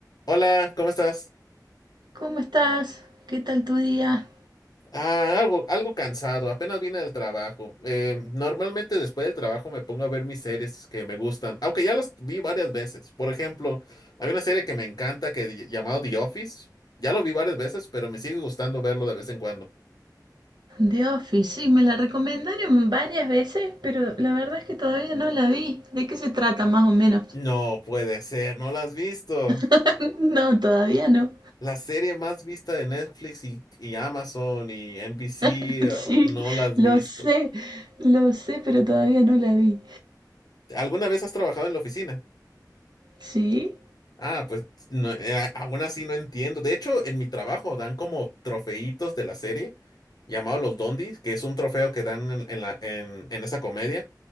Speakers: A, on the left; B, on the right.
A: Hola, ¿cómo estás?
B: ¿Cómo estás? ¿Qué tal tu día?
A: Ah, algo, algo cansado, apenas vine del trabajo. Eh, normalmente después del trabajo me pongo a ver mis series que me gustan, aunque ya las vi varias veces. Por ejemplo, hay una serie que me encanta que di- llamado The Office. Ya lo vi varias veces, pero me sigue gustando verlo de vez en cuando.
B: The Office, sí, me la recomendaron varias veces, pero la verdad es que todavía no la vi. ¿De qué se trata más o menos?
A: No puede ser, no la has visto.
B: <laughs> No, todavía no.
A: La serie más vista de Netflix y, y Amazon y NBC,
B: <laughs>
A: eh,
B: Sí,
A: no la has
B: lo
A: visto.
B: sé, lo sé, pero todavía no la vi.
A: ¿Alguna vez has trabajado en la oficina?
B: Sí,
A: Ah, pues no, eh, aún así no entiendo. De hecho, en mi trabajo dan como trofeitos de la serie llamado los Dondis, que es un trofeo que dan en, en la, en, en esa comedia,